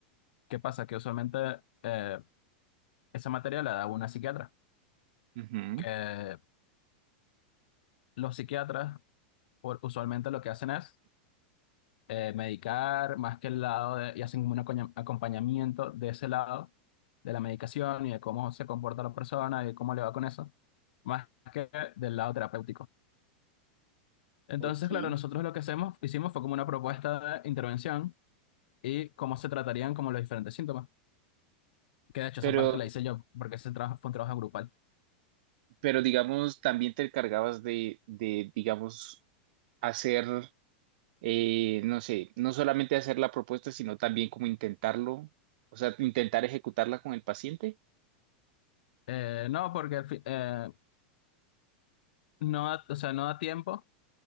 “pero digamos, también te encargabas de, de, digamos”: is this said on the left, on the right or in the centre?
Right